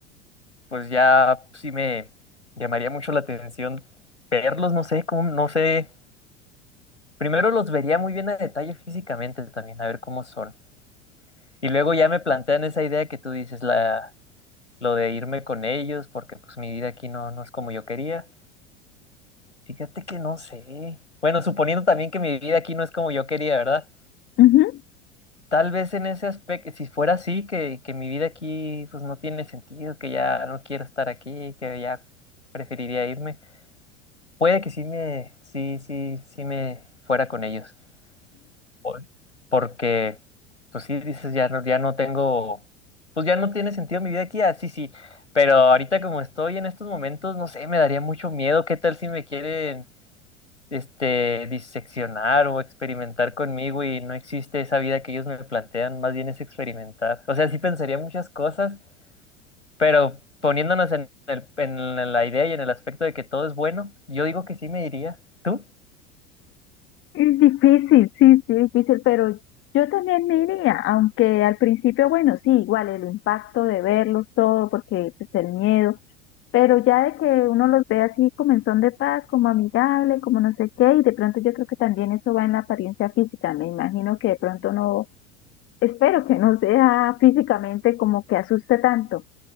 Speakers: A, on the left (about 90°); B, on the left (about 35°).
A: pues ya sí me llamaría mucho la atención verlos, no sé, cómo, no sé. Primero los vería muy bien a detalle físicamente también, a ver cómo son. Y luego ya me plantean esa idea que tú dices, la, lo de irme con ellos, porque pues mi vida aquí no, no es como yo quería. Fíjate que no sé. Bueno, suponiendo también que mi vida aquí no es como yo quería, ¿verdad?
B: Ujú.
A: Tal vez en ese aspecto, si fuera así, que, que mi vida aquí pues no tiene sentido, que ya no quiero estar aquí, que ya preferiría irme. Puede que sí me, sí, sí, sí me fuera con ellos. Joder. Porque, pues sí, dices, ya no, ya no tengo, pues ya no tiene sentido mi vida aquí, así sí, sí, pero ahorita como estoy en estos momentos, no sé, me daría mucho miedo, ¿qué tal si me quieren, este, diseccionar o experimentar conmigo y no existe esa vida que ellos me plantean, más bien es experimentar. O sea, sí pensaría muchas cosas, pero poniéndonos en el- en la idea y en el aspecto de que todo es bueno, yo digo que sí me iría. ¿Tú?
B: Es difícil, sí, sí, difícil, pero yo también me iría, aunque al principio, bueno, sí, igual el impacto de verlos todo, porque pues el miedo, pero ya de que uno los ve así como en son de paz, como amigable, como no sé qué, y de pronto yo creo que también eso va en la apariencia física, me imagino que de pronto no, espero que no sea físicamente como que asuste tanto.